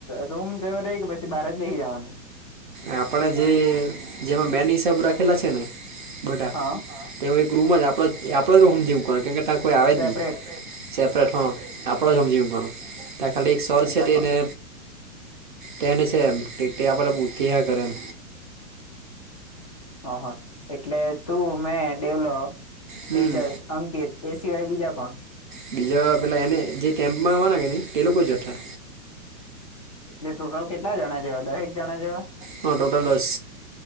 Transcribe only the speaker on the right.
આપણે જે જેમાં મેન હિસાબ રાખેલા છે ને બધા
તેઓ એક રૂમ જ આપડો આપણો જ રૂમ જેવું કો કે ત કોઈ આવે જ
નહી સેપરેટ હ આપણો જ રૂમ જેઓ ગણ તા ખાલી એક સર છેે
ટે ને તેને છે એમ કે કે બો કેયા કરે એમ
હમ
બીજા પેલા એને જે કેમ્પમાં આવવાના કે ને એ લોકો જતા.
હા ટોટલ દસ.